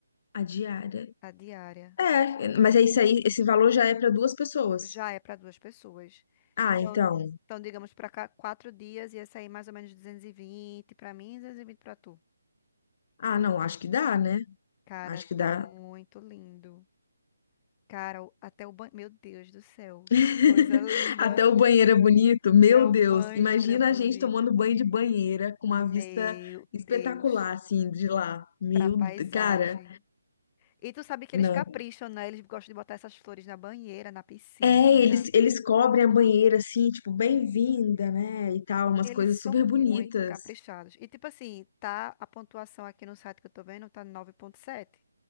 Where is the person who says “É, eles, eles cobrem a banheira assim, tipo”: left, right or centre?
Left